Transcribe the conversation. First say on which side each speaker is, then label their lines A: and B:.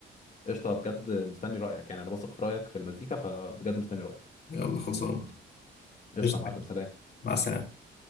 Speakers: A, on the left; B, on the left.
A: قشطه بجد مستني رايك يعني انا بثق في رايك في المزيكا فبجد مستني رايك
B: يلا خلصان
A: قشطه
B: قشطة.
A: يا معلم سلام
B: مع السلامة